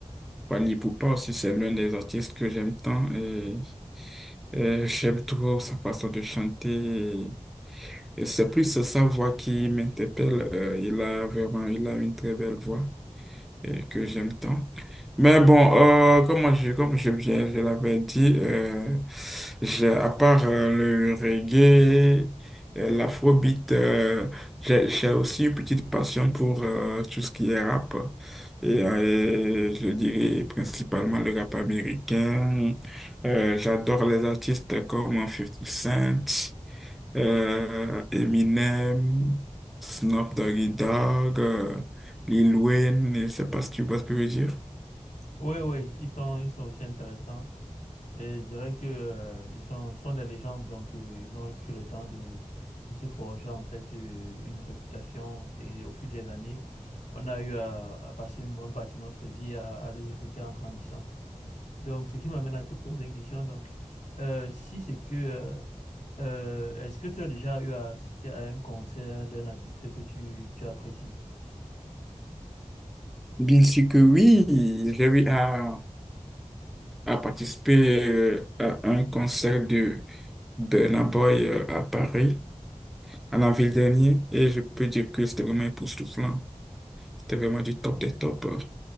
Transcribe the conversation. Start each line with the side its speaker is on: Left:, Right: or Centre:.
Centre: Pani Poupa aussi, c'est l'un des artistes que j'aime tant et, et j'aime trop sa façon de chanter. Et c'est plus sa voix qui m'interpelle. Euh, il a vraiment, il a une très belle voix et que j'aime tant. Mais bon, euh, comme moi, je, comme je, je- je l'avais dit, euh, j'ai, à part euh, le reggae, euh, l'afrobeat, euh, j'ai, j'ai aussi une petite passion pour euh, tout ce qui est rap. Et, euh, et je dirais principalement le rap américain. Euh, j'adore les artistes comme Fifty Cent euh, Eminem, Snoop Doggy Dogg, euh, Lil Wayne, je sais pas si tu vois ce que je veux dire.
Left: Oui, oui, ils sont, ils sont aussi intéressants. Et je dirais que, euh, ils sont, sont des légendes, donc euh, ils ont pris le temps de, de se forger en fait euh, une réputation. Et au fil des années, on a eu à, à passer une bonne partie de notre vie à, à les écouter en grandissant. Donc, ce qui m'amène à te poser une question. Donc, euh, si c'est que, euh, euh, est-ce que tu as déjà eu à assister à un concert d'un artiste que tu, tu apprécies?
Centre: Bien sûr que oui, j'ai eu à, à participer euh, à un concert de Burna Boy euh, à Paris en avril dernier et je peux dire que c'était vraiment époustouflant. C'était vraiment du top des tops euh,